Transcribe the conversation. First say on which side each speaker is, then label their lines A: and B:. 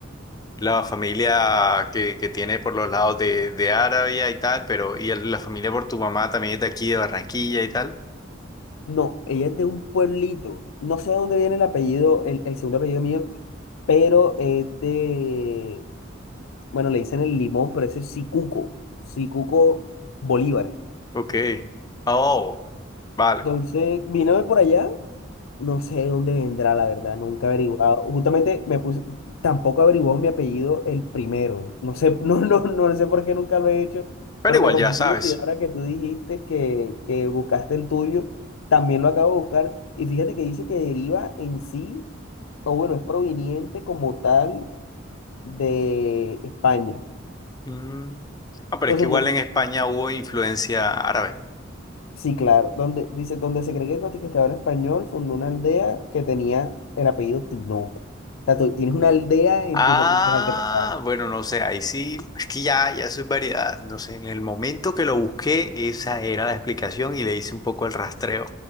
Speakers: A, on the left; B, on the left.
A: la familia que, que tiene por los lados de, de Arabia y tal, pero y el- la familia por tu mamá también es de aquí, de Barranquilla y tal.
B: No, ella es de un pueblito. No sé de dónde viene el apellido, el, el segundo apellido mío, pero es de, bueno, le dicen el limón, pero ese es Sicuco, Sicuco Bolívar.
A: Ok. Oh, vale.
B: Entonces, vino de por allá No sé de dónde vendrá, la verdad, nunca he averiguado. Justamente me puse, tampoco averiguó mi apellido el primero. No sé, <laughs> no, no, no sé por qué nunca lo he hecho,
A: Pero
B: pero
A: igual
B: me causó
A: ya sabes.
B: curiosidad ahora que tú dijiste que, que buscaste el tuyo, también lo acabo de buscar. Y fíjate que dice que deriva en sí, o bueno, es proveniente como tal de España.
A: Mm. Ah, pero
B: Entonces,
A: es que igual
B: no,
A: en España hubo influencia árabe.
B: Sí, claro. Donde, dice, donde se cree que el conquistador español fundó una aldea que tenía el apellido Tinoco. O sea, tú tienes una aldea en
A: Ah,
B: tus, en tus antepasados.
A: bueno, no sé, ahí sí, es que ya, ya soy variedad, no sé, en el momento que lo busqué, esa era la explicación y le hice un poco el rastreo,